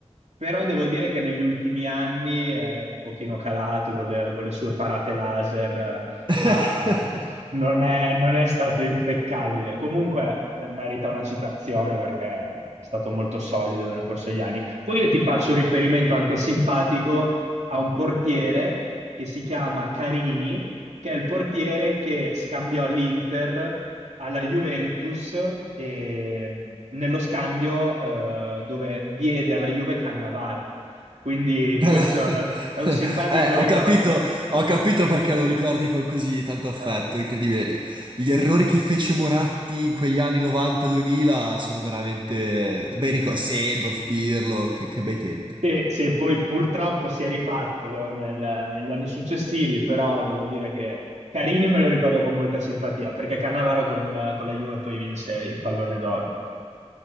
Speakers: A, on the right; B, on the right.
A: però devo dire che negli ultimi anni è un pochino calato con le, con le sue parate laser. eh,
B: <laughs>
A: a, non è, non è stato impeccabile. Comunque eh, merita una citazione perché è stato molto solido nel corso degli anni. Poi io ti faccio un riferimento anche simpatico a un portiere che si chiama Carini, che è il portiere che scambiò l'Inter alla Juventus e, mh, nello scambio eh, dove diede alla Juve Cannavaro. Quindi
B: Bella...
A: questo
B: <laughs>
A: è, è un simpatico
B: Eh,
A: ricordo.
B: ho capito, ho capito perché lo ricordi con così tanto affetto,
A: È-
B: incredibile. Gli errori che fece Moratti in quegli anni 90-2000 sono veramente bei ricordi. Seedorf, Pirlo, che, che bei tempi.
A: Sì, sì, poi purtroppo si è rifatto nel- negli anni successivi, però devo dire che Carini me lo ricordo con molta simpatia, perché Cannavaro con, con la Juve poi vinse il pallone d'oro.